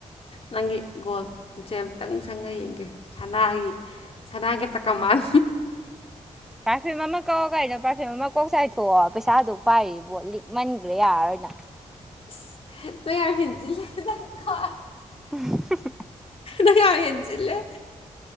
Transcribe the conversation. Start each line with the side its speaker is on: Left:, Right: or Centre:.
Left: ꯅꯪꯒꯤ ꯒꯣꯜꯁꯦ ꯑꯝꯇꯪ ꯁꯪꯉ ꯌꯦꯡꯒꯦ ꯁꯅꯥꯒꯤ ꯁꯅꯥꯒꯤ ꯇꯥꯀꯃꯥꯜ
Centre: ꯄꯥꯔꯐ꯭ꯌꯨꯝ ꯑꯃ ꯀꯛꯑꯣ ꯀꯩꯅꯣ ꯄꯥꯔꯐꯤꯌꯨꯝ ꯑꯃ ꯀꯣꯛ ꯆꯥꯏꯊꯣꯛꯑꯣ ꯄꯩꯁꯥ ꯑꯗꯨꯛ ꯄꯥꯏꯔꯤꯕꯣ ꯂꯤꯛꯃꯟꯈ꯭ꯔꯦ ꯌꯥꯔꯔꯣꯏ ꯅꯪ
Left: ꯏꯁ ꯅꯪ ꯌꯥꯝ ꯍꯦꯟꯖꯤꯜꯂꯦ ꯅꯪꯀꯣ
Centre: <unintelligible>
Left: ꯌꯥ ꯌꯥꯝ ꯍ‌ꯦꯟꯖꯤꯜꯂ‌ꯦ